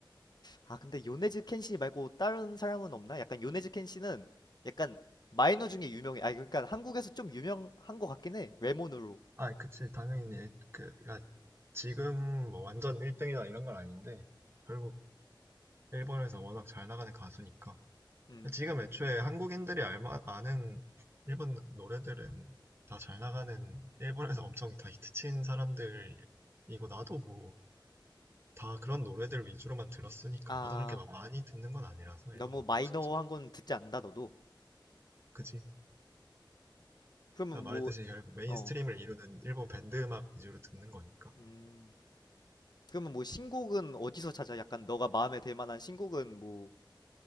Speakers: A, on the left; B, on the right.
A: 아 근데 요네즈 켄시 말고 다른 사람은 없나? 약간 요네즈 켄시는 약간 마이너 중에 유명해. 아 그러니까 한국에서 좀 유명한 것 같긴 해. 외모으로.
B: 아, 그치. 당연히 일- 그, 야, 지금 뭐 완전 1등이다 이런 건 아닌데 결국 일본에서 워낙 잘 나가는 가수니까
A: 음,
B: 지금 애초에 한국인들이 알마 아는 일본 노래들은 다 잘 나가는 일본에서 엄청 다 히트친 사람들이고 나도 뭐 다 그런 노래들 위주로만 들었으니까
A: 아
B: 나도 그렇게 막 많이 듣는 건 아니라서
A: 너무
B: 일본 노래
A: 마이너한
B: 자체
A: 건 듣지 않는다 너도.
B: 그치?
A: 그러면
B: 내가 말했듯이
A: 뭐,
B: 결국 메인스트림을
A: 어,
B: 이루는 일본 밴드 음악 위주로 듣는 거니까
A: 음, 그러면 뭐 신곡은 어디서 찾아? 약간 너가 마음에 들 만한 신곡은 뭐